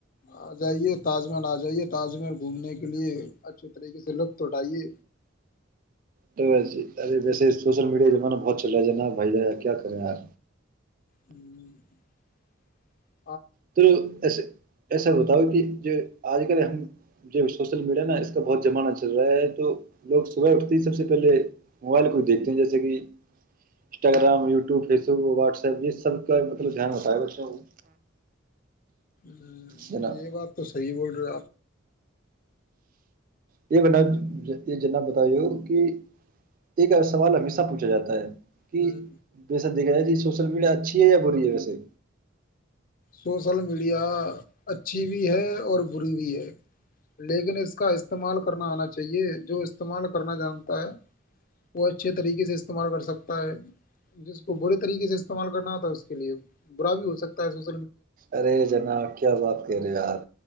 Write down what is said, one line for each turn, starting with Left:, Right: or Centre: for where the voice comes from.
Left: آ جائیے تاج محل آ جائیے تاج محل گھومنے کے لیے اچھے طریقے سے لطف اٹھائیے
Right: تو و ارے ویسے سوشل میڈیا کا زمانہ بہت چل رہا ہے نا بھائی کیا کریں ار
Left: ہوں <unintelligible>
Right: توھر <unintelligible> ایسے ایسا بتاؤ کہ جو آج کل ہم جو سوشل میڈیا نا اس کا بہت زمانہ چل رہا ہے تو لوگ صبح اٹھتے ہی سب سے پہلے موبائل کو دیکھتے ہیں جیسے کہ Instagram YouTube Facebook WhatsApp یہ سب کا مطلب دھیان ہوتا ہے بچوں کو
Left: ہ
Right: جناب
Left: یہ بات تو صحی بول <inaudible>
Right: یہ بنا یہ جنا بتائی ہو کہ ایک سوال ہمیشہ پوچھا جاتا ہے کہ
Left: ہوں،
Right: بے سک <unintelligible> جی سوشل میڈیا اچھی ہے یا بری ہے ویسے
Left: سوسل میڈیا اچھی بھی ہے اور بری بھی ہے لیکن اس کا استعمال کرنا آنا چاہیے جو استعمال کرنا جانتا ہے وہ اچھے طریقے سے استعمال کر سکتا ہے جس کو برے طریقے سے استعمال کرنا آتا ہے اس کے لیے برا بھی ہو سکتا ہے س
Right: ارے جناب کیا بات کر رہے یار